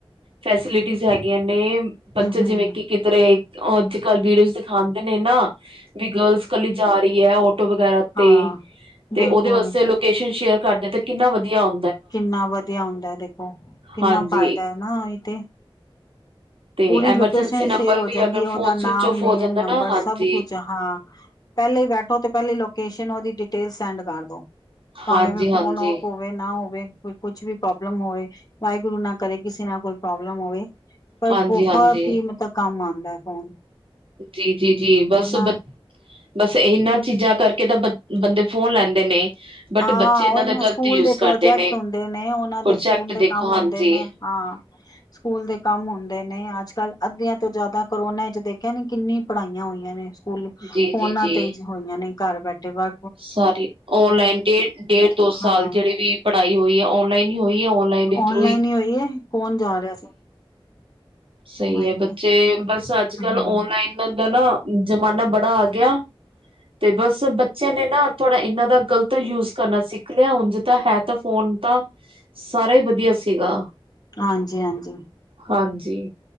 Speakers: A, on the right; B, on the left.
A: ਫੈਸਿਲਿਟੀਜ਼ ਹੈਗੀਆਂ ਨੇ ਬੱਚੇ
B: ਹੂੰ-ਹੂੰ-ਹੂੰ
A: ਜਿਵੇਂ ਕਿ ਕਿਧਰੇ ਓ ਅੱਜ ਕੱਲ ਵੀਡੀਓਜ਼ ਦਿਖਾਂਦੇ ਨੇ ਨਾ। ਵੀ ਗਰਲਸ ਕੱਲੀ ਜਾ ਰੀ ਐ ਔਟੋ ਵਗੈਰਾ ਤੇ
B: ਹਾਂ
A: ਤੇ
B: ਬਿਲਕੁਲ
A: ਓਦੇ ਵਾਸਤੇ ਲੋਕ ਲੋਕੇਸ਼ਨ ਸ਼ੇਅਰ ਕਰਦੇ ਤੇ ਕਿੰਨਾ ਵਧੀਆ ਆਉ
B: ਕਿੰਨਾ ਵਧੀਆ ਹੁੰਦਾ ਦੇਖੋ ਕਿੰਨਾ
A: ਹਾਂਜੀ
B: ਫਾਇਦਾ ਐ ਨਾ ਓਈ ਤੇ।
A: ਤੇ
B: ਪੂਰੀ
A: ਐਮਰਜੈਂਸੀ
B: ਲੋਕੇਸ਼ਨ
A: ਨੰਬਰ
B: ਸ਼ੇਅਰ ਹੋ
A: ਵੀ
B: ਜਾਂਦੀ
A: ਅਗਰ
B: ਐ ਓਦਾ
A: ਫੋਨ
B: ਨਾਮ,
A: ਸਵਿਚ ਔਫ
B: ਨੇਮ,
A: ਹੋ ਜਾਂਦਾ
B: ਨੰਬਰ
A: ਨਾ ਹਾਂਜੀ
B: ਸਭ ਕੁਜ। ਹਾਂ, ਪੈਲੇ ਬੈਠੋ ਤੇ ਪੈਲੇ ਲੋਕੇਸ਼ਨ ਓਦੀ ਡਿਟੇਲ ਸੈਂਡ ਕਰ ਦੋ। ਭਾਵੇਂ
A: ਹਾਂਜੀ
B: ਫੇ
A: ਹਾਂਜੀ
B: ਫੋਨ ਓਫ ਹੋ। ਹੋਵੇ ਨਾ ਹੋਵੇ ਕੋ ਕੁਛ ਵੀ ਪ੍ਰੋਬਲਮ ਹੋਵੇ ਵਾਹਿਗੁਰੂ ਨਾ ਕਰੇ ਕਿਸੇ ਨਾਲ ਕੋਈ ਪ੍ਰੋਬਲਮ ਹੋਵੇ। ਪਰ
A: ਹਾਂਜੀ
B: ਬਹੁਤ
A: ਹਾਂਜੀ
B: ਹੀ ਮਤਲ ਕੰਮ ਆਉਂਦਾ ਏ ਫੋਨ।
A: ਜੀ, ਜੀ, ਜੀ ਬਸ
B: ਹਨਾ
A: ਬ ਬਸ ਏਨਾਂ ਚੀਜ਼ਾਂ ਕਰਕੇ ਤਾਂ ਬ ਬੰਦੇ ਫੋਨ ਲੈਂਦੇ ਨੇ। ਬਟ
B: ਹਾਂ
A: ਬੱਚੇ ਇਹਨਾਂ
B: ਓਈ
A: ਦਾ
B: ਨਾ
A: ਗ਼ਲਤ
B: ਸਕੂਲ
A: ਯੂਜ
B: ਦੇ
A: ਕਰਦੇ
B: ਪ੍ਰੋਜੈਕਟ ਹੁੰਦੇ ਨੇ ਓਨਾਂ
A: ਪ੍ਰੋਜੈਕਟ
B: ਦੇ ਸਕੂਲ ਦੇ
A: ਦੇਖੋ
B: ਕੰਮ
A: ਹਾਂਜੀ
B: ਹੁੰਦੇ ਨੇ। ਹਾਂ ਸਕੂਲ ਦੇ ਕੰਮ ਹੁੰਦੇ ਨੇ ਅੱਜ ਕੱਲ ਅੱਧਿਆਂ ਤੋਂ ਜਿਆਦਾ ਕਰੋਨਾ ਚ ਦੇਖਿਆ ਨੀ ਕਿੰਨੀ ਪੜ੍ਹਾਈਆਂ ਹੋਈਆਂ ਨੇ। ਸਕੂਲ ਫੋਨਾਂ
A: ਜੀ ਜੀ ਜੀ
B: ਤੇਈ ਹੋਈਆਂ ਨੇ ਘਰ ਬੈਠੇ ਵ
A: ਸਾਰੀ ਔਨਲਾਈਨ ਡੇ ਡੇਢ ਦੋ ਸਾਲ
B: ਹਾਂ
A: ਜੇੜੀ ਵੀ ਪੜ੍ਹਾਈ ਹੋਈ ਆ ਔਨਲਾਈਨ ਹੀ ਹੋਈ ਆ ਔਨਲਾਈਨ ਦੇ
B: ਔਨਲਾਈਨ
A: ਥਰੂ ਈ।
B: ਹੀ ਹੋਈ ਕੌਣ ਜਾ ਰੇਆ ਸੀ?
A: ਸਹੀ
B: ਮਾਇਕੇ
A: ਐ ਬੱਚੇ ਬਸ ਅੱਜ-ਕੱਲ
B: ਹੂੰ
A: ਔਨਲਾਈਨ ਦਾ ਨਾ ਜਮਾਨਾ ਬੜਾ ਆ ਗਿਆ ਤੇ ਬਸ ਬੱਚਿਆਂ ਨੇ ਨਾ ਥੋੜ੍ਹਾ ਇਹਨਾਂ ਦਾ ਗ਼ਲਤ ਯੂਜ ਕਰਨਾ ਸਿੱਖ ਲਿਆ ਉਂਝ ਤਾਂ ਹੈ ਤਾਂ ਫੋਨ ਤਾਂ ਸਾਰਾ ਹੀ ਵਧੀਆ ਸੀਗਾ।
B: ਹਾਂਜੀ ਹਾਂਜੀ।
A: ਹਾਂਜੀ,